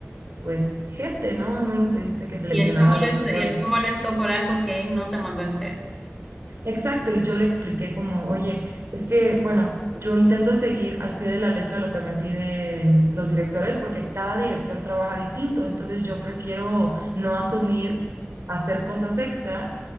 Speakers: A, on the right; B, in the centre.
A: pues gente, ¿no? No me pediste que seleccionara
B: Y él se molesta,
A: a los mejores.
B: y él se molestó por algo que él no te mandó a hacer.
A: Exacto, y yo le expliqué como, oye, es que, bueno, yo intento seguir al pie de la letra lo que me piden los directores porque cada director trabaja distinto, entonces yo prefiero no asumir hacer cosas extra